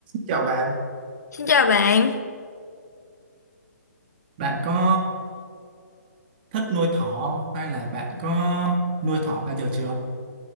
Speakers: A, on the right; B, on the left.
A: Chào bạn,
B: Xin chào bạn,
A: Bạn có thích nuôi thỏ không? Hay là bạn có nuôi thỏ bao giờ chưa?